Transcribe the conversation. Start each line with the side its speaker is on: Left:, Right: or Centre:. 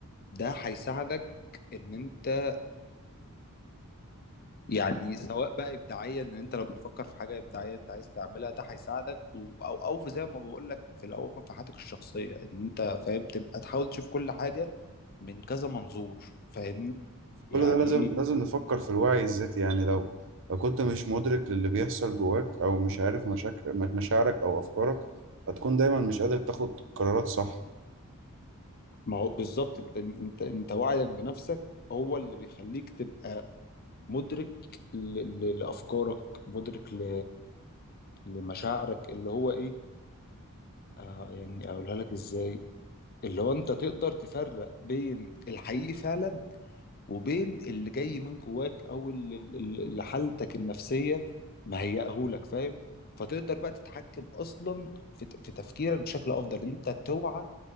Left: ده هيساعدك ان انت يعني سواء بقى ابداعيا ان انت لو بتفكر في حاجه ابداعيه انت عايز تعملها ده هيساعدك و... او او في زي ما بقول لك في الاول في حياتك الشخصيه ان انت فاهم تبقى تحاول تشوف كل حاجه من كذا منظور فاهمني
Right: كل
Left: يعني
Right: ده لازم
Left: ايه
Right: لازم نفكر في الوعي الذاتي يعني لو لو كنت مش مدرك للي بيحصل جواك أو مش عارف مشاكل مشاعرك أو أفكارك هتكون دايما مش قادر تاخد قرارات صح
Left: ما هو بالظبط انت انت انت وعيك بنفسك هو اللي بيخليك تبقى مدرك ل... ل... لافكارك مدرك ل... لمشاعرك اللي هو ايه آه يعني اقولها لك ازاي اللي هو انت تقدر تفرق بين الحقيقي فعلا وبين اللي جاي من جواك او اللي اللي- اللي حالتك النفسيه مهيئهولك فاهم فتقدر بقى تتحكم اصلا في في تفكيرك بشكل افضل إن انت توعى